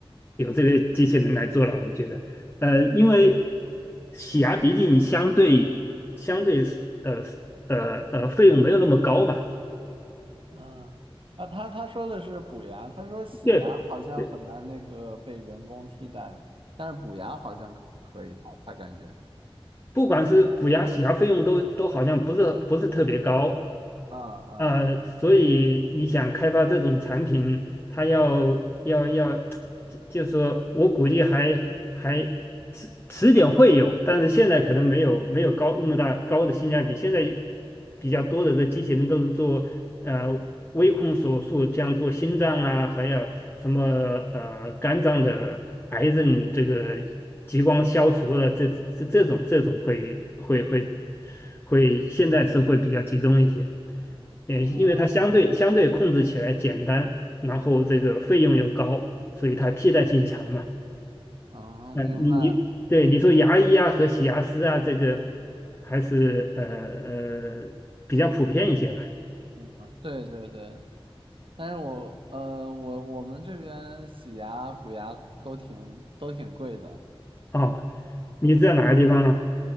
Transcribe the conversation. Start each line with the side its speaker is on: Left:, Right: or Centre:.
Left: 有这个机器人来做了，我觉得，呃，因为洗牙毕竟相对相对是呃呃呃费用没有那么高嘛，
Right: 嗯，啊，他他说的是补牙，他说洗牙好像很难那个被人工替代，
Left: 对，对
Right: 但是补牙好像可以，他感觉，
Left: 不管是补牙洗牙费用都都好像不是不是特别高，
Right: 嗯嗯
Left: 呃，所以你想开发这种产品，它要要要，就就说我估计还还迟迟点会有，但是现在可能没有没有高那么大高的性价比。现在比较多的这机器人都是做呃微控手术，像做心脏啊，还有什么呃肝脏的癌症这个激光消除了，这这这种这种会会会会，现在是会比较集中一些。也因为它相对相对控制起来简单，
Right: 嗯嗯
Left: 然后这个费用又高，所以它替代性强嘛。
Right: 嗯，
Left: 那你你对你说牙医啊和洗牙师啊，
Right: 明白
Left: 这个还是呃呃比较普遍一些吧。
Right: 了，对对对，但是我呃我我们这边洗牙补牙都挺都挺贵的，
Left: 哦，你在哪个地方啊？